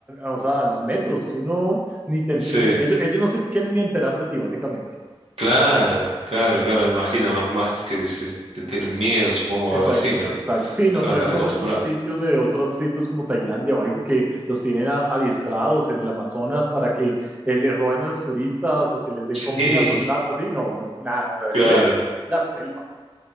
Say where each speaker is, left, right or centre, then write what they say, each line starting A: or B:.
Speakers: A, on the right (about 15°); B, on the right (about 75°).
A: o sea, a los metros, tú no, ni te, ente-
B: sí.
A: ni- ellos, ellos no se quieren ni enterar de ti, básicamente.
B: Claro, claro, claro, me imagino, más, más que se, te tienen miedo, supongo, o
A: Exacto,
B: algo así, ¿no?
A: exacto.
B: No
A: Sí, no,
B: estarán
A: no
B: tan
A: es como
B: acostumbrados.
A: estos sitios de otros sitios como Tailandia o algo que los tienen a- adiestrados en el Amazonas para que eh, les roben a los turistas o que les den
B: <laughs>
A: comida por
B: Sí,
A: plata. Sí, no, no, nada. O sea, esto
B: claro.
A: es la selva.